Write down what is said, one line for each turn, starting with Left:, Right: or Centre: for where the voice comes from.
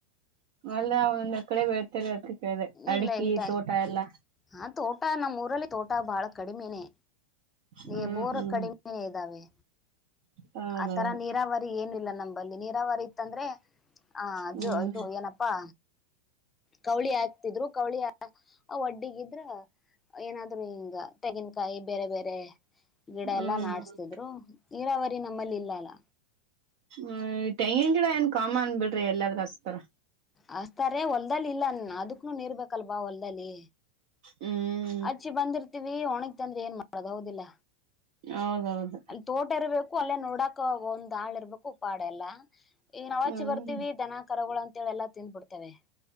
Right: ಅಲ್ಲ <unintelligible> ಕಡೆ <unintelligible> ಅದಕ್ಕೆ ಕೇಳ್ದೆ ಅಡಿಕಿ
Left: ಇಲ್ಲ ಇಲ್ತ
Right: ತೋಟ ಎಲ್ಲಾ
Left: ಹಾ ತೋಟ ನಮ್ಮ ಊರಲ್ಲಿ ತೋಟ ಬಾಳ ಕಡಿಮೆನೇ
Right: ಹ್ಮ್
Left: ಏ ಬೋರ್
Right: ಹ್ಮ್
Left: ಕಡಿಮೆ ಇದ್ದಾವೆ
Right: ಹೌದೌದು
Left: ಆ ತರ ನೀರಾವರಿ ಏನಿಲ್ಲ ನಂಬಲ್ಲಿ ನೀರಾವರಿ ಇತ್ತಂದ್ರೆ ಆ
Right: ಹ್ಮ್
Left: ಜೋ ಇದು ಏನಪ್ಪಾ ಕವಳಿ ಹಾಕ್ತಿದ್ರು ಕವಳಿ ಆ ಒಡ್ಡಿಗಿದ್ರ ಏನಾದ್ರು ಹಿಂಗ ತೆಂಗಿನಕಾಯಿ ಬೇರೆ ಬೇರೆ ಗಿಡ
Right: ಹ್ಮ್
Left: ಎಲ್ಲಾ ನಾಡ್ಸ್ತಿದ್ರು
Right: ಹ್ಮ್
Left: ನೀರಾವರಿ ನಮ್ಮಲ್ಲಿ ಇಲ್ಲ ಅಲ್ಲ
Right: ಹ್ಮ ತೆಂಗಿನ ಗಿಡ ಏನ್ ಕಾಮನ್ ಬಿಡ್ರಿ ಎಲ್ಲಾದ್ರು ಹಚ್ತರ
Left: ಹಚ್ತಾರೆ ಹೊಲ್ದಲ್ಲಿ ಇಲ್ಲ ಅದಕ್ಕನು ನೀರ್ ಬೇಕಲ್ವಾ ಹೊಲ್ದಲ್ಲಿ
Right: ಹ್ಮ್
Left: ಅಚ್ಚಿ ಬಂದಿರ್ತಿವಿ ಒಣಗ್ ತಂದ್ರೆ ಏನ್ ಮಾಡೋದು ಹೌದಿಲ್ಲ
Right: ಹೌದೌದು
Left: ತೋಟ ಇರ್ಬೇಕು ಅಲ್ಲೇ ನೋಡಕ ಒಂದ್ ಆಳ ಇರ್ಬೇಕು ಪಾಡೆ ಎಲ್ಲ ಇಂಗ್ ನವಾಚಿ
Right: ಹ್ಮ್
Left: ಬರ್ತೀವಿ ದನ ಕರಗಳು ಅಂತೇಳಿ ಎಲ್ಲಾ ತಿನ್ಬಿಡ್ತೀವಿ